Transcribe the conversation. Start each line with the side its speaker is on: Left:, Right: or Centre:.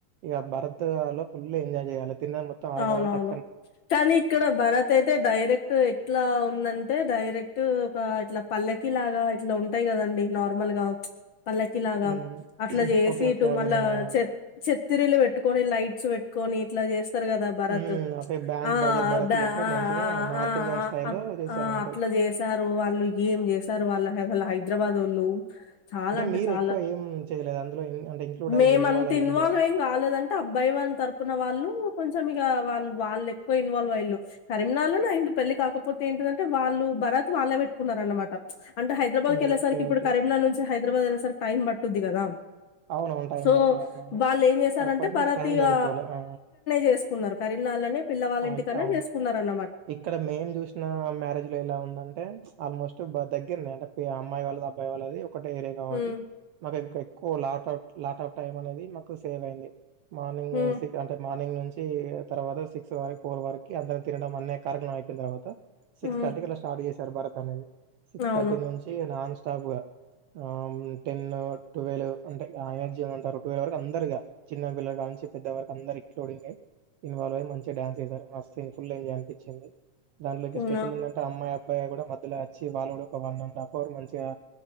Right: ఇగ భారత్ లో ఫుల్లు ఎంజాయ్ చేయాలే తిన్నది మొత్తం ఆరగాలంట్
Left: అవునవును
Right: అ
Left: కానీ ఇక్కడ భరత్ అయితే డైరెక్ట్ ఎట్లా ఉందంటే డైరెక్ట్ ఒక ఇట్లా పల్లకి లాగా ఇట్లా ఉంటాయి కదండి నార్మల్ గా పల్లకి లాగా
Right: హ్మ్
Left: అట్లా చేసి
Right: ఓకే ఓకే
Left: ఇటు
Right: అర్థమైందా
Left: మళ్ళా చెత్ చెత్తిరీలు పెట్టుకొని లైట్స్ పెట్ కొన్ని ఇట్లా చేస్ తర్గదా భరత్
Right: హ్మ్
Left: ప్చ్
Right: ఓకే బ్యాండ్
Left: ఆ ఆ
Right: బాజా భరత్
Left: అద్
Right: లేక
Left: ఆ ఆ
Right: మంచిగా
Left: ఆ
Right: నార్త్
Left: ఆ
Right: ఇండియన్
Left: ఆ
Right: స్టైల్లో
Left: ఆ
Right: చేశారన్నట్టు
Left: ఆ అట్లా జే జేసారు వాళ్ళు ఏం జేసారు వాళ్ళ అసలు వాళ్ళ హైదరాబాదొళ్ళు చాలా అంటే
Right: మీరు
Left: చాలా
Right: ఎక్కువ ఏం చేయలేదు అందులో ఇన్ అంటే ఇంక్లూడ్ అయ్యి
Left: మేమంతా
Right: మీరు అయ్యి
Left: ఇన్వాల్వ్
Right: చేయలేదా
Left: ఏం గాలేదంటే అప్ బైవన్ తరపున వాళ్ళు కొంచెం ఇగా వాళ్ళు వాళ్లేక్కువ ఇన్వాల్వ్ అయిల్లు కరీంనల్లోనే అయింది పెళ్లి కాకపోతే ఏంటిదంటే వాళ్ళు భరాత్ వాళ్ళే వెట్టుకున్నరన్నమాట ప్చ్ అంటే హైద్రాబాద్
Right: హ్మ్
Left: కెళ్లేసరికిప్పుడు
Right: ఓకే ఓకే
Left: కరీంనగర్ నుంచి హైద్రాబాద్ ఏళ్లేసరికి టైం పట్టుద్ది కదా
Right: అవునవును. టైం
Left: సో
Right: పడతది. అవునవును.
Left: వాళ్ళేంజేసారంటే
Right: కాకపోతే
Left: భరత్
Right: నీకు టైం
Left: ఇగా
Right: సరిపోలే. ఆ!
Left: చేసుకున్నారు కరీంనాళ్ళనే పిల్లవాళ్ళ
Right: అయి
Left: ఇంటికాన్నే
Right: అవును.
Left: చేస్కున్నరన్నట్
Right: ఇక్కడ మేం జూశిన మ్యారేజ్ లో ఎలా ఉందంటే ఆల్మోస్ట్ బా దగ్గర్నె అంటే అమ్మాయి వాళ్ళది అబ్బాయి వాళ్ళది ఒకటే ఏరియా కాబట్టి
Left: హ్మ్
Right: మాకు ఇంకా కో లాట్ ఆఫ్ లాట్ ఆఫ్ టైమనేది మాకు సేవైంది మార్నింగు
Left: హ్మ్
Right: సికు అంటె మార్ని మార్నింగ్ నుంచి తర్వాత సిక్స్ వరక్ ఫోర్ వరకి అందరు తినడం అన్ కారెక్రమైపెయినా తర్వాత సిక్స్
Left: హ్మ్
Right: థర్టీ కట్ల స్టార్ట్ జేసారు భరత్ అనేది సిక్స్
Left: అవును
Right: థర్టీ నుంచి నాన్స్ నాకూడా ఆమ్ టెన్ను టువెలు అంటే ఆ ఎనర్జీ అంటారు టువెల్ వరకు అందరిగా చిన్నపిల్లల కాడ నుంచి నుంచి పెద్ద వరకు అందరు ఇట్లులూడింగ్ ఇన్వాల్వ్ అయి మంచి డాన్స్ ఏసారు మస్త్ ఫుల్ ఎంజాయ్ అనిపిచ్చింది దానిలోకి
Left: హ్మ్.
Right: స్పెషల్
Left: ఆ!
Right: ఏందంటే అమ్మాయి అబ్ అబ్బాయి కూడా మధ్యలచ్చి వాళ్ళ కూడా ఒక వన్ అండ్ హాఫ్ అవర్ మంచిగా